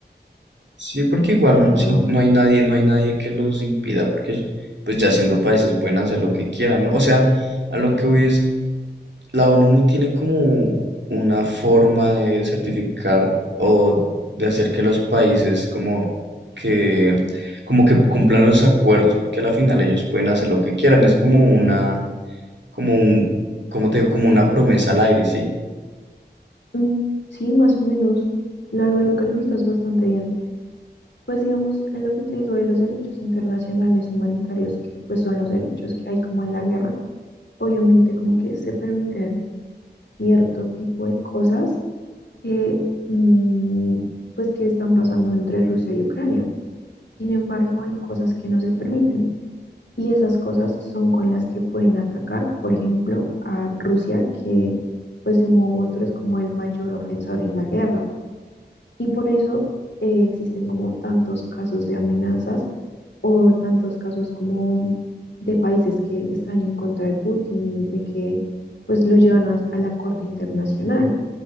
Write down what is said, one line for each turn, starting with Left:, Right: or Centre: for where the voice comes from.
Right: sí, porque
Left: O
Right: igual
Left: sea,
Right: sí, no hay nadie, no hay nadie que los impida, porque pues ya siendo países pueden hacer lo que quieran, ¿no? O sea, a lo que voy es La ONU no tiene como una forma de certificar o de hacer que los países como que como que cumplan los acuerdos, porque a la final ellos pueden hacer lo que quieran. Es como una, como un, como te digo, como una promesa al aire, ¿sí?
Left: mm, sí, más o menos, la verdad lo calificas bastante bien. Pues digamos, en lo que te digo de los derechos internacionales humanitarios, que pues son los derechos que hay como en la guerra obviamente como que se permiten cierto tipo de cosas que, mm, pues que están pasando entre Rusia y Ucrania. Sin embargo, hay cosas que no se permiten y esas cosas son con las que pueden atacar, por ejemplo, a Rusia, que pues de un modo u otro es como el mayor ofensor en la guerra. Y por eso eh, existen como tantos casos de amenazas o tantos casos como de países que están en contra de Putin y de que pues lo llevan a, a la Corte Internacional.